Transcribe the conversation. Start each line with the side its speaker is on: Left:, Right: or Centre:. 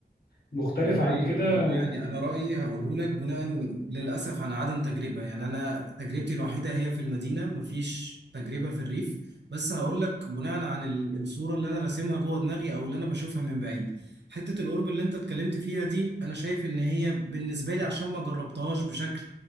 Left: مختلفة
Right: والله
Left: عن كده
Right: والله يعني انا رايي هقوله لك بناء للاسف عن عدم تجربه يعني انا تجربتي الوحيده هي في المدينه مفيش تجربه في الريف بس هقول لك بناء عن ال- الصوره اللي انا راسمها جوه دماغي او اللي انا بشوفها من بعيد حته القرب اللي انت اتكلمت فيها دي انا شايف ان هي بالنسبه لي عشان ما جربتهاش بشكل